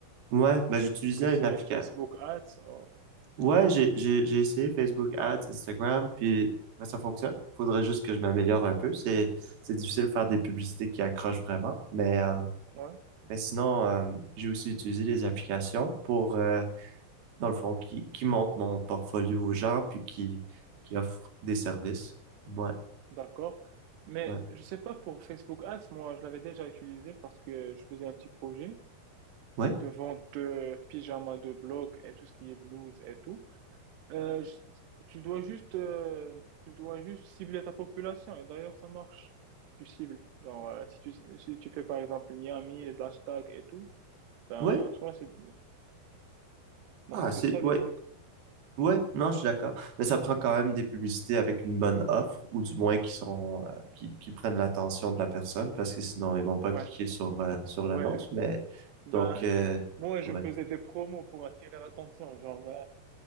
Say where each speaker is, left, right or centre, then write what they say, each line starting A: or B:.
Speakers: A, on the right (about 70°); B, on the right (about 85°).
A: ouais ben, j'utilisais
B: Est-ce que c'est
A: une application.
B: Facebook Ads? Oh,
A: Ouais, j'ai,
B: non?
A: j'ai, j'ai essayé Facebook Ads, Instagram, puis ben, ça fonctionne. Faudrait juste que je m'améliore un peu. C'est, c'est difficile de faire des publicités qui accrochent vraiment, mais... euh,
B: Ouais,
A: Mais sinon, euh, j'ai aussi utilisé des applications pour, euh, dans le fond, qui, qui montrent mon portfolio aux gens, puis qui, qui offrent des services. Ouais,
B: d'accord. Mais
A: ouais,
B: je sais pas pour Facebook Ads, moi, je l'avais déjà utilisé parce que je faisais un petit projet
A: ouais,
B: de vente de pyjamas de bloc et tout ce qui est blouse et tout. Euh, je- tu dois juste, euh, tu dois juste cibler ta population et d'ailleurs, ça marche. Tu cibles. Genre, euh, si tu, si tu fais par exemple Miami, les hashtags et tout, ben,
A: ouais.
B: en soi, c'est, donc
A: Ah,
B: c'est
A: c'est,
B: ça le
A: ouais,
B: truc.
A: ouais, non, je suis d'accord. Mais ça prend quand même des publicités avec une bonne offre, ou du moins qui sont, euh, qui, qui prennent l'attention de la personne, parce que sinon, ils vont pas
B: Ouais.
A: cliquer sur, euh, sur
B: Ouais,
A: l'annonce. Mais,
B: Ben,
A: donc, euh,
B: moi, je
A: ouais.
B: faisais des promos pour attirer l'attention, genre euh,